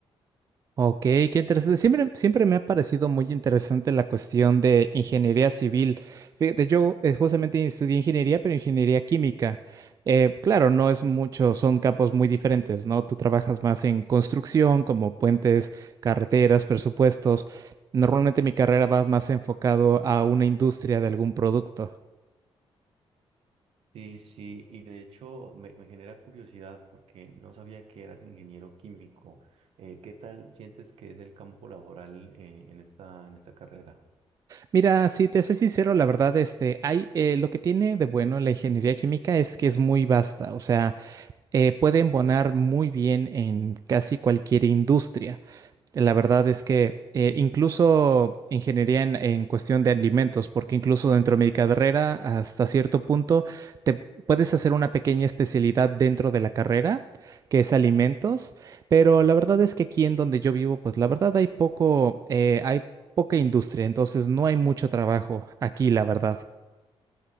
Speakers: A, on the right (about 35°); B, on the right (about 75°).
A: Ok, qué interesante. Siempre, siempre me ha parecido muy interesante la cuestión de ingeniería civil. Fíjate, yo eh, justamente estudié ingeniería, pero ingeniería química. Eh, claro, no es mucho, son campos muy diferentes, ¿no? Tú trabajas más en construcción, como puentes, carreteras, presupuestos. Normalmente mi carrera va más enfocado a una industria de algún producto.
B: Sí, sí, y de hecho me, me genera curiosidad porque no sabía que eras ingeniero químico. Eh, ¿qué tal sientes que es el campo laboral eh, en esta, en esta carrera?
A: Mira, si te soy sincero, la verdad, este, hay, eh, lo que tiene de bueno la ingeniería química es que es muy vasta, o sea. eh, puede embonar muy bien en casi cualquier industria. La verdad es que eh, incluso ingeniería en, en cuestión de alimentos, porque incluso dentro de mi carrera, hasta cierto punto, te puedes hacer una pequeña especialidad dentro de la carrera, que es alimentos, pero la verdad es que aquí en donde yo vivo, pues la verdad hay poco, eh, hay poca industria, entonces no hay mucho trabajo aquí, la verdad.